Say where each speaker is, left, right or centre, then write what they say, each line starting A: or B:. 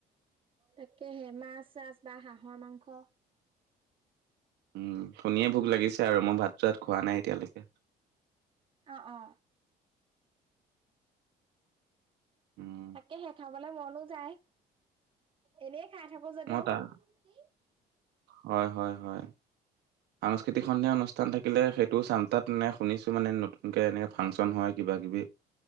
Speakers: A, on the right; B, on the right.
A: তাকেহে মাছ-চাছ বা হাঁহৰ মাংস।
B: উম, শুনিয়ে ভোক লাগিছে আৰু মই ভাত-চাত খোৱা নাই এতিয়ালৈকে।
A: অ', অ'।
B: উম।
A: তাকে হে খাবলে মনো যায়। এনেই খাই থাকো যদিওঁ।
B: মই তাৰ
A: উম, কি?
B: হয়, হয়, হয়। সাংস্কৃতিক সন্ধিয়া অনুষ্ঠান থাকিলে সেইটো চাম, তাত এনেই শুনিছোঁ মানে নতুনকে এনেকে ফাংচন হয়। কি কিবা-কিবি।